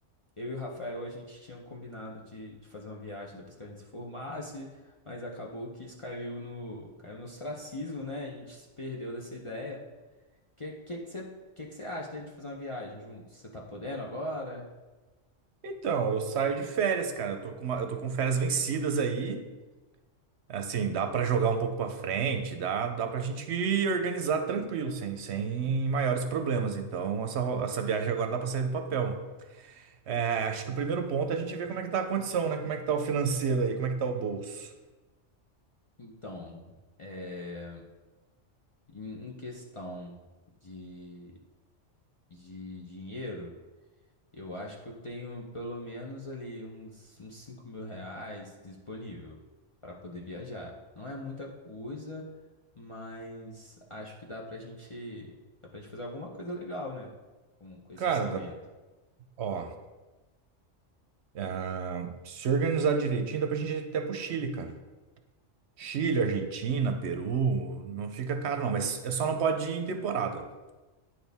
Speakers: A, on the left; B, on the right.
A: eu e o Rafael, a gente tinha um combinado de, de fazer uma viagem depois que a gente se formasse, mas acabou que isso caiu no, caiu no ostracismo, né? A gente se perdeu dessa ideia. Que que que você que que você acha da gente fazer uma viagem juntos? Você tá podendo agora?
B: então, eu saio de férias, cara. Eu tô com uma- eu tô com férias vencidas aí. Assim, dá pra jogar um pouco pra frente, dá, dá pra gente ir organizar tranquilo, sem, sem maiores problemas. Então, essa, ro- essa viagem agora dá pra sair do papel. É, acho que o primeiro ponto é a gente ver como é que tá a condição, né? Como é que tá o financeiro aí, como é que tá o bolso.
A: Então, é, em, em questão de, de dinheiro, eu acho que eu tenho pelo menos ali uns, uns cinco mil reais disponível para poder viajar. Não é muita coisa, mas acho que dá pra gente, dá pra gente fazer alguma coisa legal, né? Com, com esse
B: Cara,
A: orçamento.
B: dá- ó, é, se organizar direitinho, dá pra gente ir até pro Chile, cara. Chile, Argentina, Peru, não fica caro não, mas é só não pode ir em temporada.